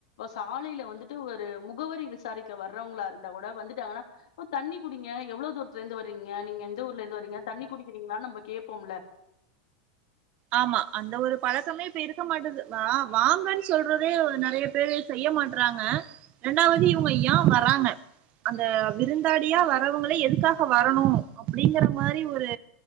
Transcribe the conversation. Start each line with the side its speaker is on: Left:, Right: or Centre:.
Left: சாலைல வந்து டு ஒரு முகவரி விசாரிக்க வர்றவங்களா இருந்தா கூட வந்துட்டாங்கனா ஓ தண்ணி குடிங்க எவ்ளோ தூரத்துல இருந்து வறீங்க நீங்க எந்த ஊர்ல இருந்து வரீங்க தண்ணி குடிக்கிறீங்ளானு நம்ம கேப்போம்ல
Right: ஆமா அந்த ஒரு பழக்கமே இப்ப இருக்க மாட்டது வா வாங்கன் சொல்றதே நறைய பேரு செய்ய மாட்றாங்க ரெண்டாவது இவங்க ஏ வராங்க அந்த விருந்தாளியா வரவங்கள எதுக்காக வரணு அப்டிங்கிற மாரி ஒரு